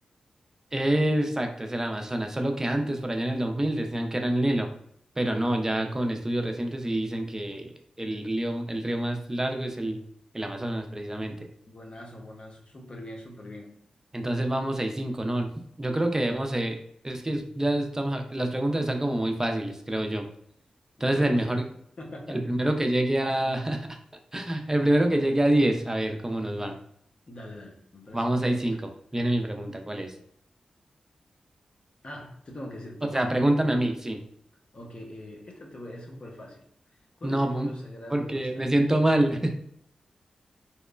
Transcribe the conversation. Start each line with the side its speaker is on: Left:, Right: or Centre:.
Right: Exacto, es el Amazonas, solo que antes, por allá en el 2000, decían que era el Nilo, pero no, ya con estudios recientes sí dicen que el río, el río más largo es el, el Amazonas, precisamente.
Left: Buenazo, buenazo, súper bien, súper bien.
Right: Entonces vamos 6 cinco ¿no? Yo creo que debemos, eh, es que ya estamos, a- las preguntas están como muy fáciles, creo yo. Entonces
Left: O sea, no
Right: el mejor,
Left: sé. <laughs>
Right: el primero que llegue a, <laughs> el primero que llegue a diez a ver cómo nos va.
Left: Dale, dale, me parece
Right: Vamos
Left: perfecto.
Right: 6 cinco viene mi pregunta, ¿cuál es?
Left: Ah, te tengo que decir, perdona.
Right: O sea, pregúntame a mí, sí.
Left: Ok, eh, esta te voy- es súper fácil. ¿Cuál
Right: No,
Left: es el libro
Right: pum,
Left: sagrado
Right: porque
Left: del Islam?
Right: me siento mal.